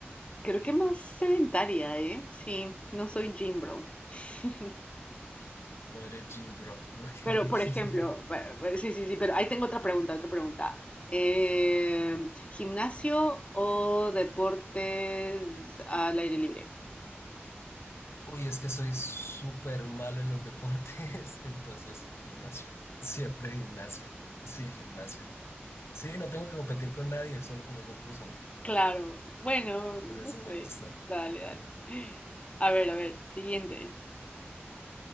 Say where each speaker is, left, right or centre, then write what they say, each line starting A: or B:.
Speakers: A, on the left; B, on the left.
A: creo que más sedentaria, ¿eh? Sí, no soy gym bro. <laughs>
B: No eres gym, bro. Ok.
A: Pero, por ejemplo, bu-
B: <laughs>
A: bu- sí, sí, sí, pero ahí tengo otra pregunta, otra pregunta. Eh, ¿gimnasio o deportes al aire libre?
B: Uy, es que soy súper malo en los deportes, <laughs> entonces gimnasio. Siempre gimnasio. Sí, gimnasio. Sí, no tengo que competir con nadie, solo conmigo mismo.
A: Claro, bueno,
B: Por eso
A: no sé.
B: me gusta.
A: Dale, dale. A ver, a ver, siguiente.